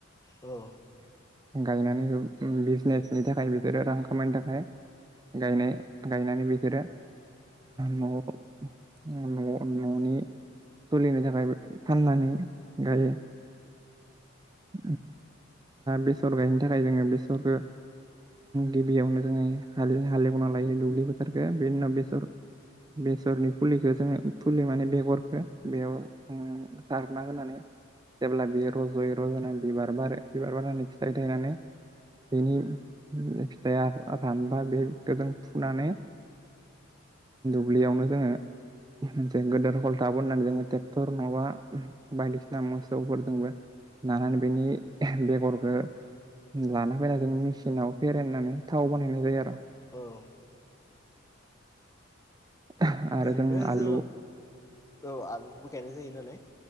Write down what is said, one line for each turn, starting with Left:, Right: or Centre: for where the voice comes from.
Left: औ
Right: गायनानैबो बिजनेसनि थाखाय बिसोरो रां खामायनो थाखाय गायनाय गायनानै बिसोरो न'आव न'नि सोलिनो थाखाय फाननानै गायो <inaudible> बेसर गायनो थाखाय जोङो बेसरखौ गिबियावनो जोङो हालेव दुब्लि फोथारखौ बेनि उनाव बेसरनि फुलिखौ जोङो फुलि माने बेगरखौ बेयाव सारना होनानै जेब्ला बेयो रज'यै रज'नाय बिबार बिबार बारो बिबार बारनानै फिथाइ थायनानै बिनि फिथाया रानबा बेखौजों फुनानै दुब्लियावनो जोङो मोन गेदेर हलथा बोननानै जोङो ट्रेक्टर नङाबा बायदिसिना मोसौफोरजोंबो लानानै बेनि बेगरखौ लाना फैना जों मिसिनाव फेरेनानै थाव बानायनाय जायो आरो
Left: औ
Right: <inaudible> आरो
Left: ओरैनो
Right: आलु
Left: जों ओ आलुखौबो गायनाय जायो नालाय